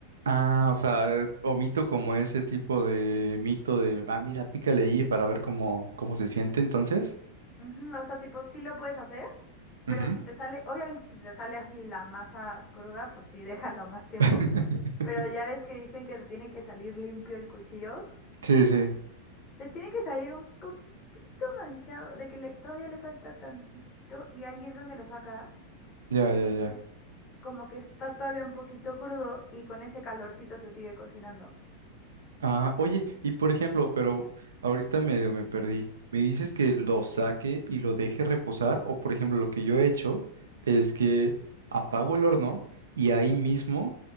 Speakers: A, on the right; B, on the left.
A: Ah, o sea, eh, omito como ese tipo de mito de, ah, mira, pícale ahí para ver cómo, cómo se siente entonces.
B: Ujú, o sea, tipo, sí lo puedes hacer, pero
A: Ujú.
B: si te sale, obviamente si te sale así la masa cruda, pues sí, <laughs> déjalo más tiempo.
A: <laughs>
B: Pero ya ves que dicen que te tiene que salir limpio el cuchillo.
A: Sí, sí,
B: Te tiene que salir un poquitito manchado, de que le- todavía le falta tantitito y ahí es donde lo sacas.
A: ya,
B: Y
A: ya,
B: entonces
A: ya.
B: como que está todavía un poquito crudo y con ese calorcito se sigue cocinando.
A: Ah, oye, y por ejemplo, pero ahorita medio me perdí. ¿Me dices que lo saque y lo deje reposar? O por ejemplo, lo que yo he hecho es que apago el horno y ahí mismo